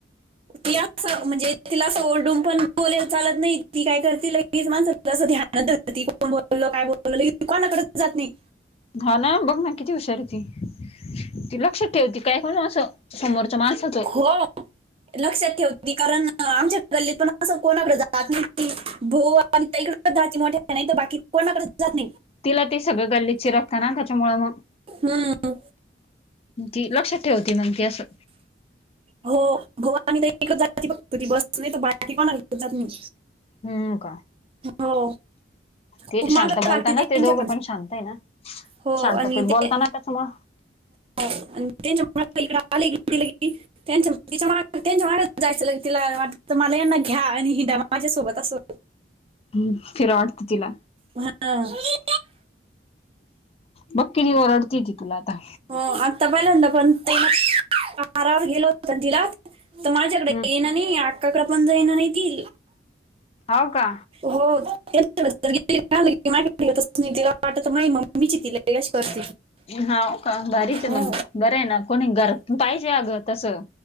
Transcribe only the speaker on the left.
हा ना बघ ना किती हुशार हे ती, ती लक्षात ठेवती काय कणू असं. समोरच्या माणसाच
तिला ती सगळं गल्ली चिरकता ना त्याच्यामुळ मग.
ती लक्षात ठेवती मंग ती असं.
हम् का?
ते
शांत बोलताना,
ते दोघं पण शांत आहे ना
शांतातेत
बोलताना मं त्यामुळं
ह्म्म, फिरावा वाटतं तिला.
बघ किती ओरडती ती तुला आता.
हम्म
हाव का?
हाव का? भरीच
मग बरं ये ना कोणी घरात पाहिजे अगं तसं.